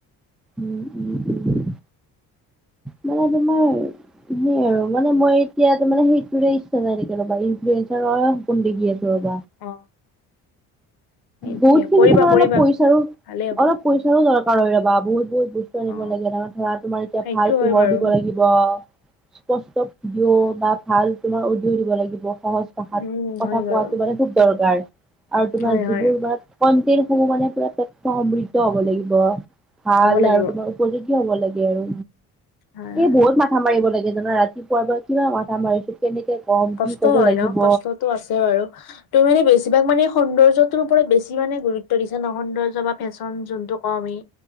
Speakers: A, in the centre; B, on the left (about 65°).
A: উম, উম, উম, মানে তোমাৰ সেই আৰু মানে মই এতিয়া মানে মোৰ একোৰে ইচ্ছা নাই ৰ'বা, ইনফ্লুয়েঞ্চাৰৰে সপোন দেখি আছো ৰ'বা।
B: অ'। এতিয়া
A: বহুতখিনি
B: কৰিবা
A: ধৰা
B: কৰিবা
A: অলপ পইচাও,
B: ভালেই হ'ব
A: অলপ পইচাৰো দৰকাৰ হয় ৰ'বা। বহুত বহুত বস্তু আনিব
B: অ
A: লাগে ন। ধৰা, তোমাৰ এতিয়া
B: সেইটো
A: ভাল পোহৰ
B: হয় বাৰু
A: দিব লাগিব <unintelligible> স্পষ্ট ভিডিঅ' বা ভাল তোমাৰ অডিঅ' দিব লাগিব। সহজ কথা,
B: উম
A: কথা
B: হয় বাৰু
A: কোৱাটো মানে খুব দৰকাৰ আৰু তোমাৰ
B: হয় হয়
A: তোমাৰ কনটেণ্ট সমূহ মানে পুৰা তথ্যসমৃদ্ধ হ'ব লাগিব ভাল
B: হ'ব লাগিব
A: আৰু তোমাৰ উপযোগী হ'ব লাগে আৰু।
B: হয় হয়
A: এই বহুত মাথা মাৰিব লাগে জানা! ৰাতিপু <unintelligible> মাথা মাৰিছোঁ। কেনেকে ক'ম!
B: কষ্ট
A: কি ক'ব
B: হয়
A: লাগিব।
B: ন, কষ্টতো আছে বাৰু। ত' মানে বেছিভাগ মানে সৌন্দৰ্যটোৰ ওপৰত বেছি মানে গুৰুত্ব দিছে ন, সৌন্দৰ্য বা ফেশ্বন যোনটো কওঁ আমি।